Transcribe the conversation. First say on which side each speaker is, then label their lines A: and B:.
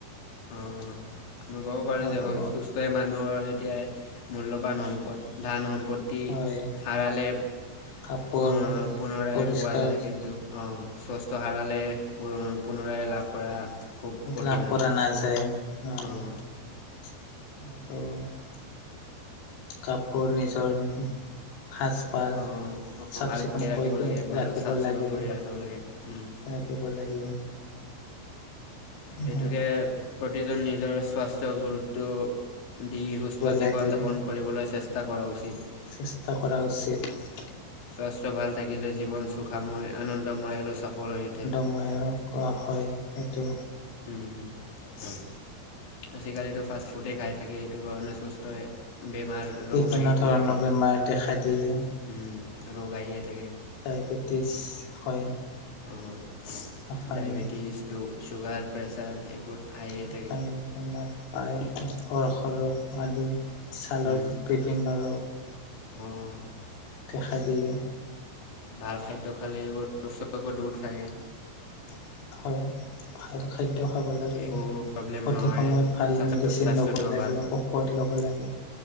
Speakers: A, on the left; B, on the left.
A: অঁ' আমি ক'ব পাৰো
B: আৰু
A: যে, স্বাস্থয় মানুহৰ এতিয়া- মূল্যবান সম্পদ, ধান সম্পদ। অতি
B: হয়
A: হাৰালে
B: কাপোৰ
A: পু পুনৰাই
B: পৰিষ্কাৰ
A: পোৱা যায় কিন্তু। অঁ, স্বস্থ হাৰালে পুন পুনৰাই লাভ কৰা- খুব কঠিন
B: লাভ
A: হৈ
B: কৰা
A: যায়
B: নাযায়, অঁ'
A: অঁ
B: আৰু- কাপোৰ নিজৰ সাজ-পাৰ-
A: অঁ অঁ
B: চাফ,
A: ভালকৈ
B: চিকুণ
A: ৰাখিব
B: কৰি পি
A: লাগে ভাল
B: ৰাখিব
A: চাফ চিকুণ
B: লাগে,
A: কৰি ৰাখিব লাগে উম,
B: ৰাখিব লাগে। শিকিব
A: সেইটোকে প্ৰতিজন নিজৰ স্বাস্থ্য গুৰুত্ব- দি সুস্থ
B: লাগে
A: জীৱন যাপন কৰিবলৈ চেষ্টা কৰা উচিত।
B: চেষ্টা কৰা উচিত ঠ্।
A: টি হি হি স্বাস্থ্য ভাল থাকিলে, জীৱন সুখাময় আনন্দময় আৰু সফল হৈ উঠে।
B: সময়েই আৰু কৰা হয়, এইটো।
A: উহ হুম, হুম সিৎ। টি আজিকালিতো ফাষ্ট ফুডেই খাই থাকে, এইটোৰ কাৰণে সুস্থই বেমাৰ ৰোগ
B: বিভিন্ন
A: আহি থাকে,
B: ধৰণৰ
A: আহি থাকে,
B: বেমাৰ
A: আপুনি
B: দেখা
A: প্ৰায়েই দেখাই
B: দিয়ে
A: থাকিব হুম উ উ উ, ৰোগ আহিয়ে থাকে।
B: ডায়েবেটিছ হয়।
A: উম উম উ উ উসৎ,
B: হাঁফানি
A: ডায়েবেটিছ ডও চুগাৰ প্ৰেছাৰ এইবোৰ আহিয়ে
B: হেও
A: থাকে
B: পানী তোমাৰ পায় উম অৰসৰহ আদি ছালৰ
A: উম হুম,
B: ক্ৰিফিন নৰক
A: অঁ
B: দেখা দিয়ে।
A: ভাল খাদ্য খালে এইবোৰ ঔষধ-চৌষধ দূৰ থাকে।
B: দে হয়। ভাল খাদ্য খাব লাগে,
A: একো প্ৰব্লেম
B: সঠিক
A: নহয়
B: সময়ত ভাল
A: স্বাস্থ্য
B: মেডিচিন
A: স্বাস্থ্যটোও
B: ল'ব লাগে, অ' অ। পোৰ্ট ল'ব লাগে।